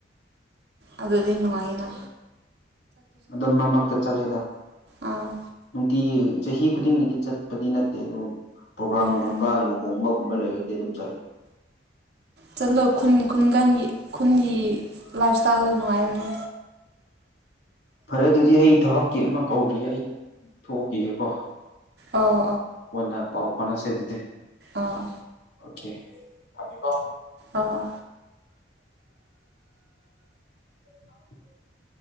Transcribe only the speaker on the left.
ꯑꯗꯨꯝ ꯃꯔꯃꯛꯇ ꯆꯠꯂꯦꯗ
ꯅꯨꯡꯇꯤ ꯆꯍꯤ ꯈꯨꯗꯤꯡꯒꯤꯗꯤ ꯆꯠ ꯆꯠꯄꯗꯤ ꯅꯠꯇꯦ ꯑꯗꯨ ꯄ꯭ꯔꯣꯒ꯭ꯔꯥꯝꯒꯨꯝꯕ
ꯂꯨꯍꯣꯡꯕꯒꯨꯝꯕ ꯂꯩꯔꯗꯤ ꯑꯗꯨꯝ ꯆꯠꯂꯦ
ꯐꯔꯦ ꯑꯗꯨꯗꯤ ꯑꯩ ꯊꯕꯛꯀꯤ ꯑꯃ ꯀꯧꯔꯤꯌꯦ ꯑꯩ ꯊꯣꯛꯈꯤꯒꯦꯀꯣ
ꯀꯅ ꯄꯥꯎ ꯐꯥꯎꯅꯁꯦ ꯑꯗꯨꯗꯤ
ꯑꯣꯀꯦ ꯊꯝꯃꯦ ꯀꯣ
<unintelligible>